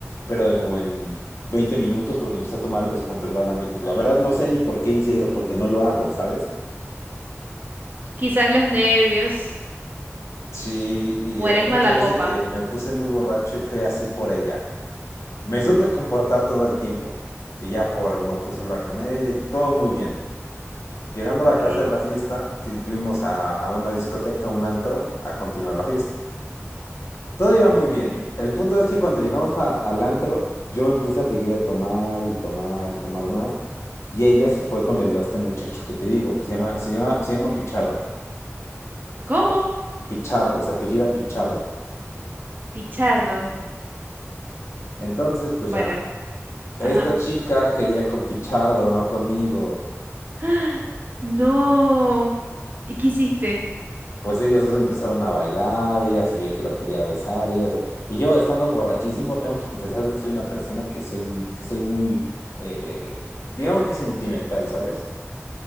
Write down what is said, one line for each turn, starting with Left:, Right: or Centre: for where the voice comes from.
Left: pero de como en 20 minutos porque empecé a tomar descontroladamente. La verdad no sé ni por qué hice eso, porque no lo hago, ¿sabes?
Right: Quizás los nervios
Left: Sí, y
Right: o
Left: el
Right: eres
Left: punto
Right: mala copa.
Left: es de que me puse muy borracho y fue así por ella. Me supe comportar todo el tiempo. Y ya por, me puse a hablar con ella y todo muy bien. Llegando
Right: Okay.
Left: a la casa de la fiesta, que fuimos a, a una discoteca, un antro, a continuar la fiesta. Todo iba muy bien.
Right: sí.
Left: El punto es que cuando llegamos a- al antro, yo me puse a seguir a tomar y tomar y tomar más. Y ella se fue con el, este muchacho que te digo, que se llama, se llama, se llama Pichardo.
Right: ¿Cómo?
Left: Pichardo, se apellida Pichardo.
Right: Pichardo.
Left: Entonces, pues
Right: Bueno,
Left: ya, esta
Right: ajá.
Left: chica quería con Pichardo, no conmigo.
Right: <gasps> ¡Ah! No. ¿Y qué hiciste?
Left: Pues ellos dos empezaron a bailar, ella se veía que lo quería besar y eso. Y yo, estando borrachísimo, tengo que confesar que soy una persona que soy, que soy muy, eh, digamos que sentimental, ¿sabes?